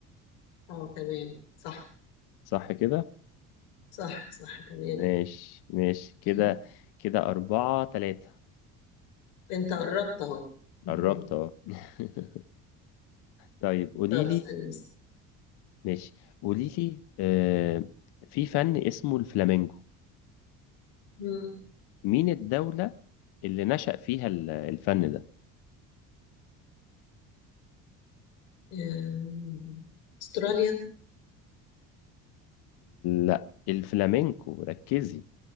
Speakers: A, on the left; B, on the left.
A: اه تمام صح
B: صح كده؟
A: صح صح تمام
B: ماشي ماشي كده
A: <clears throat>
B: كده أربعة تلاتة
A: انت قربت اهو <laughs>
B: قربت اه <laughs> طيب قولي
A: طب
B: لي
A: اسألني اسألني.
B: ماشي قولي لي آه، في فن اسمه الفلامينجو
A: مم.
B: مين الدولة اللي نشأ فيها ال- الفن ده؟
A: آم، استراليا
B: لا الفلامينكو ركزي